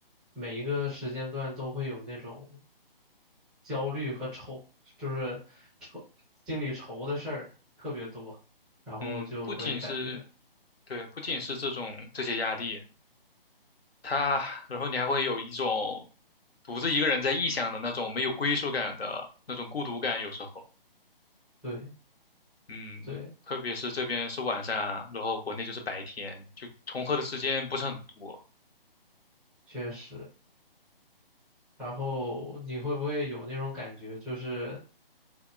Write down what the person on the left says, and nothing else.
嗯，不仅是对，不仅是这种这些压力，他，然后你还会有一种独自一个人在异乡的那种没有归属感的那种孤独感，有时候，
嗯，
特别是这边是晚上，然后国内就是白天，就重合的时间不是很多，